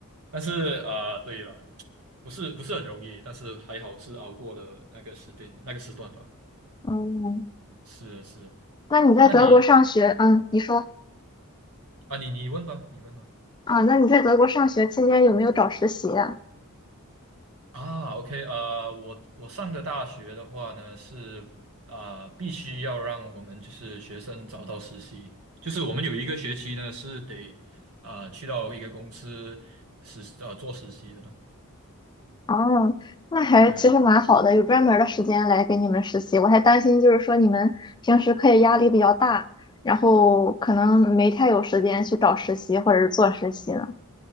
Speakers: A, on the right (about 75°); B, on the left (about 20°).
A: 但是啊、呃对了，不是不是很容易，但是还好是熬过了那个时间那个时段吧。
B: 嗯，
A: 是是，
B: 那你在德国上学，
A: 那你
B: 嗯，你说
A: 啊，你你问吧，你问吧。
B: 啊，那你在德国上学期间有没有找实习呀？
A: 啊，OK，呃，我我上的大学的话呢，是啊、必须要让我们就是学生找到实习，就是我们有一个学期呢是得啊、去到一个公司实呃做实习的。
B: 哦，那还其实蛮好的，
A: 对，
B: 有专门儿的时间来给你们实习。我还担心就是说你们平时课业压力比较大，然后可能没太有时间去找实习或者是做实习了。